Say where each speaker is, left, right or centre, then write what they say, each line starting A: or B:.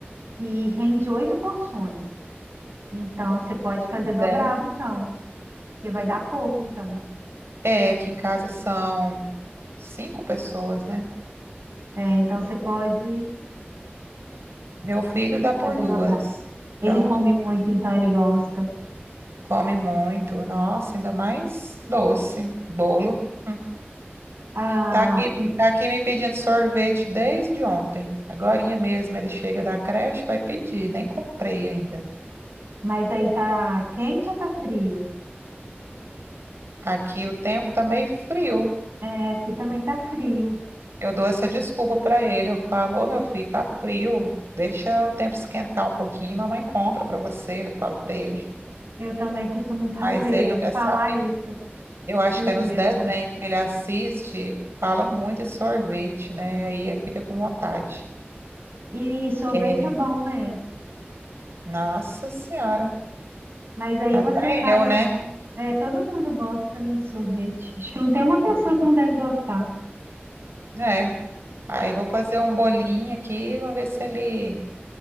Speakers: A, on the right (about 65°); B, on the right (about 85°).
A: que rende oito porções. Então você pode
B: Pois
A: fazer dobrado,
B: é.
A: então, porque vai dar pouco, então.
B: É, aqui em casa são cinco pessoas, né?
A: É, então você pode
B: Meu filho dá por
A: fazer
B: duas.
A: dobrado. Ele
B: Então.
A: come muito, então ele gosta.
B: Come muito. Nossa, ainda mais doce, bolo. Hum.
A: A,
B: Tá aqui,
A: a
B: tá aqui me pedindo sorvete desde ontem. Agorinha mesmo ele chega da creche, vai pedir. Nem comprei ainda.
A: Mas aí tá quente ou tá frio?
B: Aqui o tempo tá meio frio.
A: É, aqui também tá frio.
B: Eu dou essa desculpa pra ele. Eu falo, ô meu filho, tá frio. Deixa o tempo esquentar um pouquinho, mamãe compra pra você. Eu falo pra ele.
A: Eu também costumo <laughs> fazer,
B: Mas ele não quer
A: falar
B: saber.
A: isso
B: Eu acho
A: pros
B: que é nos
A: meus
B: desenhos
A: também.
B: que ele assiste, fala muito de sorvete, né? Aí ele fica com vontade.
A: E sorvete
B: É,
A: é bom, né?
B: Nossa Senhora.
A: Mas aí
B: Até
A: você faz,
B: eu, né?
A: é, todo mundo gosta, né, de sorvete. Acho que não tem uma pessoa
B: Hum,
A: que não deve gostar.
B: É. Aí vou fazer um bolinho aqui, vamos ver se ele